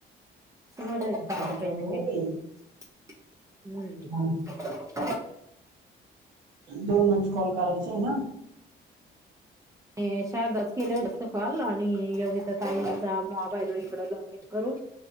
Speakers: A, on the right (about 15°); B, on the right (about 85°).
A: बर
B: सकाळी
A: काही
B: चाललं
A: नाही
B: हो
A: काही
B: बाई
A: नाही
B: हा
A: हम्म
B: दोनच कॉल करायचे आहे ना
A: ते शारदाच केलं असत कॉल आणि योगीता ताईचा मोबाईल इकड हे करून